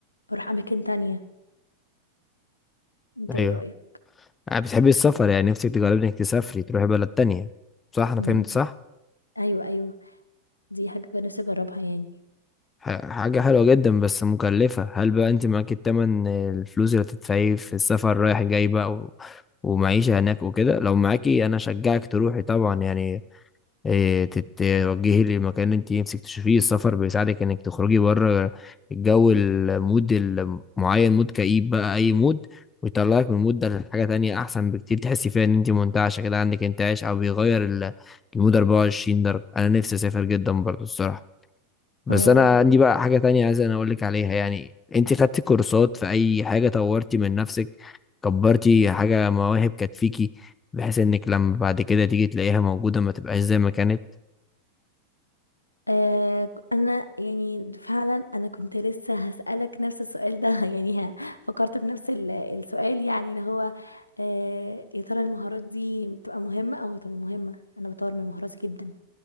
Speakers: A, on the left; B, on the left.
A: بروح اماكن تانية انت ايه
B: ايوه
A: رأيك
B: انا بتحبي السفر يعني نفسك تجربي انك تسافري تروحي بلد تانية صح انا
A: مم.
B: فهمت صح
A: ايوه ايوه دي حاجة نفسي اجربها يعني
B: ح- حاجة حلوة جدا بس مكلفة هل بقى انت معاكي التمن الفلوس اللي هتدفعيه في السفر رايح جاي بقى و... ومعيشة هناك وكده لو معاكي انا اشجعك تروحي طبعا يعني إيه، تت- توجهي لمكان انت نفسك تشوفيه السفر بيساعدك انك تخرجي بره الجو المود المعين مود كئيب بقى اي مود ويطلعك من المود ده لحاجة تانية احسن بكتير تحسي فيها ان انت منتعشة كده عندك انتعاش او بيغير ال- المود 24 درجة انا نفسي اسافر جدا برضو الصراحة بس
A: اه
B: انا عندي بقى حاجة تانية عايز انا اقول لك عليها يعني انت خدتي كورسات في اي حاجة طورتي من نفسك كبرتي حاجة مواهب كانت فيكي بحيث انك لما بعد كده تيجي تلاقيها موجودة ما تبقاش زي ما كانت
A: آه انا يعني فعلا انا كنت لسه هسألك نفس السؤال ده <laughs> يعني ها- فكرت بنفس ال- السؤال يعني اللي هو آه يا ترى المهارات دي بتبقى مهمة او طب مهمة انا بطور من مهاراتي جدا